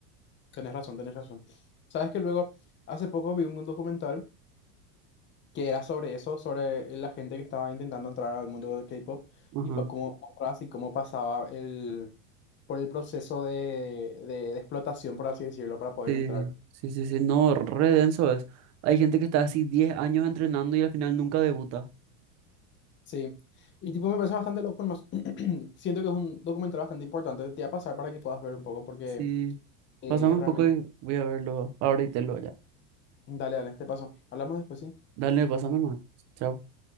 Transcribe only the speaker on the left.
Tenés razón, tenés razón. Sabes que luego, hace poco vi un documental que era sobre eso, sobre la gente que estaba intentando entrar al mundo del K-pop
y pa- cómo, así cómo pasaba el, por el proceso de, de, de explotación, por así decirlo, para poder
entrar.
Sí. Y tipo, me parece bastante loco, más <clears throat> siento que es un documental bastante importante. Te voy a pasar para que puedas ver un poco porque
eh,
realmente,
dale, dale, te paso. Hablamos después, ¿sí?